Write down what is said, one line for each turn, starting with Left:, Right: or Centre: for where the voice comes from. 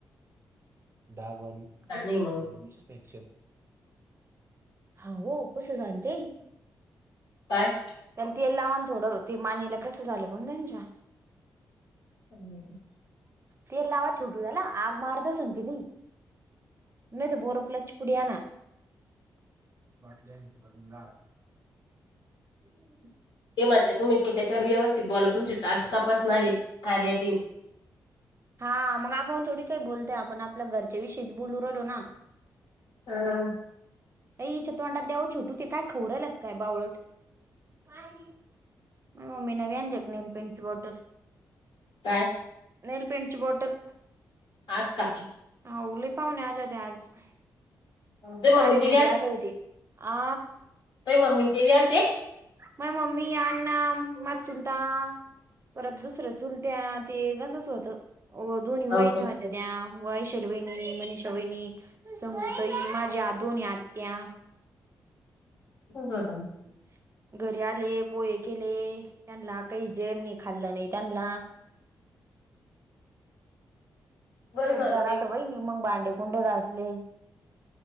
Right: डागवाण-
Left: का नाही मग
Right: <unintelligible> निषपेक्ष हो -हो कस झालं ते <inaudible>
Left: काय
Right: त्याला तेल लावाना थोडं ते मानेला कसं झालं पण त्यांच्या
Left: ह
Right: तेल लावा छोटू त्याला ‌ आग मारत असणं नाही <inaudible> तर बोर प्लसची पुडी‌ आणा. <unintelligible>
Left: ते म्हणले तुम्ही की त्याच्यावर व्यवस्थित बोला तुमची टास्क तपासणारी कार्यटीम
Right: हा मग आपण थोडी काही बोलतय आपण आपल्या घरच्या विषयीच बोलू राहिलो ना.
Left: हम
Right: ए इच्या तोंडात द्यावं छोटू ते काय खाऊ राहिल काय बावळट <inaudible> मम्मी ना व्याजक नेल पिंडची वॉटर
Left: काय
Right: नेलपेडची बोटल
Left: आज का
Right: हा उले पाहुणे आले होते आज <inaudible>
Left: तुही मम्मी
Right: सारे
Left: ते
Right: घरी
Left: बी
Right: आले होते आ
Left: ए मम्मी ते बी आलते
Right: माय मम्मी अण्णा माझा चुलता परत दुसरं चुलत्या ते गच अस होतं दोन्ही
Left: हो
Right: वाहिन होत्या त्या वैशाली वहिनी मनीष वाहिनी संगुतई‌ माझ्या दोन्ही आत्या
Left: हो <unintelligible>
Right: <unintelligible> घरी आले पोहे केले त्यांना काही जण नाही खाल्लं नाही त्यांनाला
Left: बरं
Right: खूप
Left: झालं
Right: दरात बाई मग बांडे कुंडे घासले